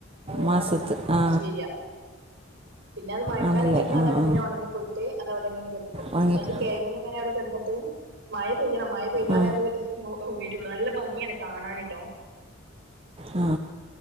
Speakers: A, on the right; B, on the right.
A: മ
B: മാസത്ത്
A: മൊളച്
B: ആ
A: വര പിന്നെ അത് മയക്കാലം
B: ആണല്ലേ
A: കയ്ഞ്ഞതങ്ങനെ
B: ആ ആ
A: ഒണങ്ങിപോയ്ട്ട് അതവടങ്ങനെ കെടക്കും
B: ഉണങ്ങി
A: അയ്ന്റെ
B: ആ
A: കെയ്ങ്ങ്ങ്ങനെ അവടെ കെടന്നിട്ട് മയ പെയ്യണം മയ പെയ്താലേ
B: ആ
A: അത് ഓ വെരൊള്ളൂ നല്ല ഭംഗിയാണ് കാണാന് ട്ടോ
B: അ ആ